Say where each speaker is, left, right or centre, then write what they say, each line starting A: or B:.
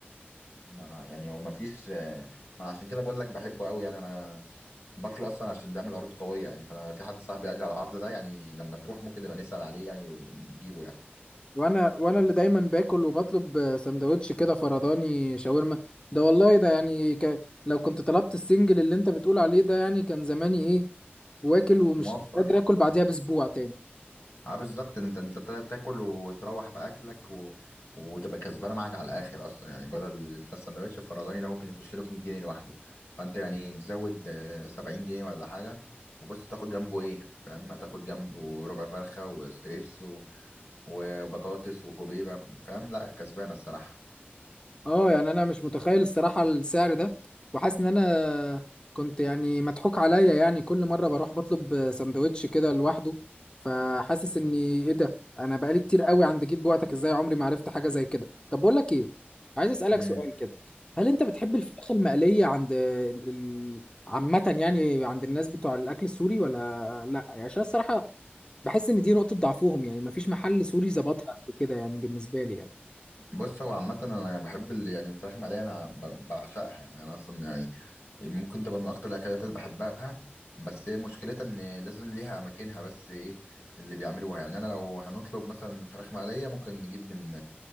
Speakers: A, on the left (about 85°); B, on the left (about 25°).
A: ما انا يعني هو ما فيش ما انا عشان كده بقول لك بحبه قوي يعني انا باكله اصلا عشان بيعمل عروض قويه يعني فانا في حد صاحبي قال لي على العرض ده يعني لما تروح ممكن نبقى نسال عليه يعني ونجيبه يعني
B: وانا وانا اللي دايما باكل وبطلب سندوتش كده فرداني شاورما ده والله ده يعني ك... لو كنت طلبت السنجل اللي انت بتقول عليه ده يعني كان زماني ايه واكل ومش
A: موفر
B: مش قادر اكل بعديها باسبوع تاني
A: اه بالظبط انت انت تاكل وتروح باكلك و... وتبقى كسبانه معاك على الاخر اصلا يعني بدل انت السندوتش الفرداني ده ممكن يخش له في 100 جنيه لوحده فانت يعني تزود آه، 70 جنيه ولا حاجه وبص تاخد جنبه ايه فاهم هتاخد جنبه ربع فرخه وستريبس و... وبطاطس وكوبيبه فاهم لا كسبانه الصراحه
B: اه يعني انا مش متخيل الصراحه السعر ده وحاسس ان انا كنت يعني مضحوك عليا يعني كل مره بروح بطلب سندوتش كده لوحده فحاسس اني ايه ده انا بقالي كتير قوي عند جيت بوعتك ازاي عمري ما عرفت حاجه زي كده طب بقول لك ايه عايز اسالك
A: امم
B: سؤال كده هل انت بتحب الفراخ المقليه عند ال... عامه يعني عند الناس بتوع الاكل السوري ولا لا يعني عشان الصراحه بحس ان دي نقطه ضعفهم يعني مفيش محل سوري ظبطها كده يعني بالنسبه لي يعني
A: بص هو عامة أنا بحب اللي يعني الفراخ المقلية أنا ب- بعشقها يعني أنا أصلا يعني ممكن تبقى من اكتر الاكلات اللي بحبها بس هي مشكلتها ان لازم ليها اماكنها بس ايه اللي بيعملوها يعني انا لو هنطلب مثلا فراخ مقليه ممكن نجيب من